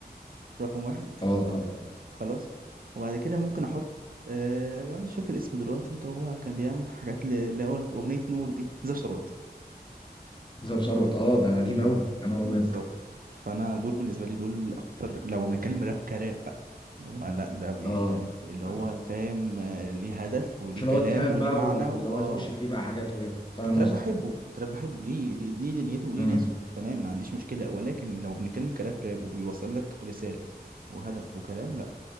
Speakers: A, on the right; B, on the left.
A: رقم واحد
B: اه طبعا
A: خلاص وبعد كده ممكن احط آه ايوه انا مش فاكر اسمه دلوقتي اللي هو كان بيعمل حاجات ل- اللي هو في اغنيه نور دي زاب ثروت
B: ذهب ثروت اه ده قديم
A: ب-
B: قوي يا نهار
A: بالظبط
B: ابيض
A: فانا دول بالنسبه لي دول اكتر لو بنتكلم راب كراب بقى اللي هو لا ده بي...
B: اه
A: اللي
B: ف-
A: هو فاهم آه، ليه هدف وليه
B: مش اللي
A: كلام
B: هو التراب
A: وليه
B: بقى
A: معنى
B: واللي
A: واه
B: هو يخش فيه بقى حاجات وكده فاهم
A: التراب
B: قصدك
A: بحبه التراب بحبه ليه ليه ليه دنيته وليه
B: امم
A: ناسه تمام ما عنديش مشكله ولكن لو بنتكلم كراب راب وبيوصل لك رساله وهدف وكلام لا